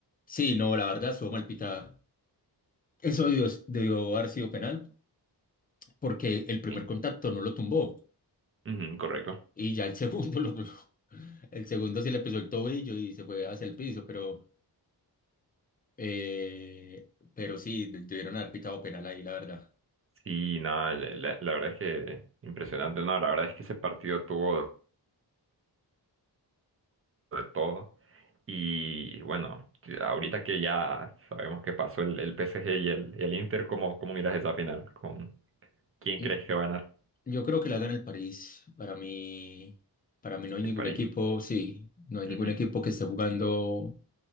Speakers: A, on the left; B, on the right.
A: Sí, no, la verdad, estuvo mal pitada. Eso debió, debió haber sido penal, porque el primer
B: Sí.
A: contacto no lo tumbó,
B: Ujú, correcto.
A: y ya el segundo <laughs> lo, lo- el segundo sí le pisó el tobillo y se fue hacia el piso, pero, eh, pero sí, de- debieron haber pitado penal ahí, la verdad.
B: Sí, nada, la, la- la verdad es que impresionante. No, la verdad es que ese partido tuvo de todo. Y bueno, ahorita que ya sabemos que pasó el, el PSG y el, y el Inter, ¿cómo, cómo miras esa final? ¿Con quién
A: Mm,
B: crees que va a ganar?
A: Yo creo que la gana el París. Para mí, para mí no hay
B: El
A: ningún
B: París.
A: equipo, sí, no hay
B: Ujú.
A: ningún equipo que esté jugando